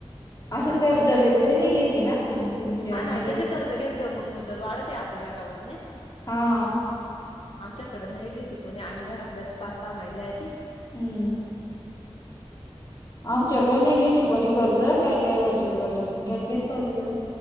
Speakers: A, on the left; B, on the left.
A: असं कर्ज
B: पैसे घेतले
A: वर्ज नाही घेते ना त तुमच्या
B: हा ना
A: महिला.
B: तसे कर्ज घेतले मग मुदल वाढत आपल्या घटावर नाही का?
A: हा.
B: आमच्याकड नाही घेते कोणी आम्ही घरातल्याच पाच सहा महिला आहे ती.
A: हम्म. आमच्याकडे नाही घेते कोणी कर्ज. काय काय बचत गाटातून घेतात कर्ज.